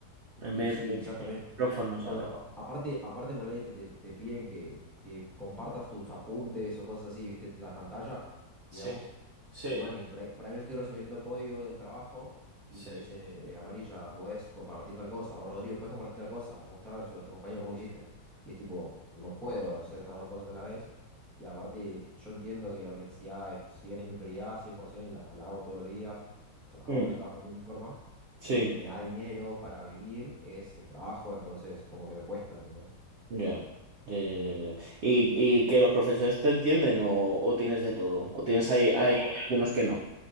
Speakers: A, on the right; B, in the centre.
A: en
B: Y
A: vez
B: sí,
A: de
B: quizás también.
A: micrófono, ¿sabes?
B: Porque apa- aparte, aparte por ahí te, te- te piden que, que compartas tus apuntes o cosas así, ¿viste? La pantalla,
A: Sí,
B: digamos.
A: sí,
B: Y bueno, y por ahí, por ahí yo estoy resolviendo código del trabajo y
A: sí.
B: me dice, eh, Amarilla, ¿podés compartir tal cosa? O Rodrigo, ¿podés compartir tal cosa? Y mostrarle a, su- a tu compañero cómo hiciste. Y es tipo, no puedo hacer las dos cosas a la vez. Y aparte, yo entiendo que la universidad, es, si bien es mi prioridad, 100%, la, la hago todos los días. O sea, hago
A: Mm,
B: los trabajos en tiempo y forma
A: Sí.
B: lo que me da dinero para vivir es el trabajo, entonces como que me cuesta, ¿entendés?
A: Ya, ya, ya, ya, ya. ¿Y, y que los profesores te entienden o, o tienes de todo? ¿O tienes ahí,
B: No,
A: hay algunos que no?